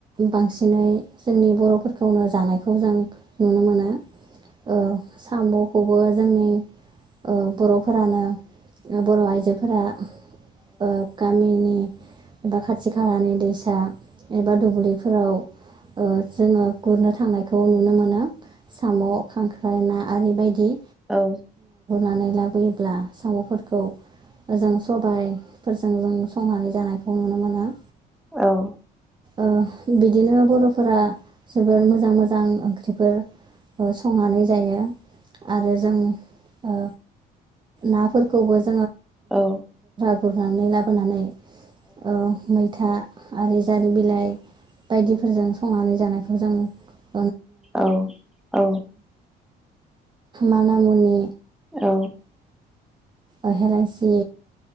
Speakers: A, on the right; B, in the centre.
A: बांसिनै जोंनि बर'फोरखौनो जानायखौ जों नुनो मोनो। ओ साम' खौबो जोंनि ओ बर'फोरानो बर' आइजोफोरा ओ गामिनि एबा खाथि खालानि दैसा एबा दुब्लिफोराव ओ जोङो गुरनो थांनायखौ नुनो मोनो साम' खांख्राइ ना आरो बायदि
B: औ
A: बायना लाबोयोब्ला साम'फोरखौ मोजां सबाय फोरजों जों संनानै जानाय <unintelligible> नुनो मोना
B: औ
A: ओ बिदिनो बर'फोरा जोबोर मोजां मोजां ओंख्रि फोर ओ संनानै जायो आरो जों ओ नाफोरखौबोज
B: औ
A: गुरनानै लाबोनानै ओ मैथा आरो जारि बिलाइ बायदिफोरजों संनानै जानाय <unintelligible>
B: औ औ
A: मानामुनि
B: औ।
A: ओ हेलायसि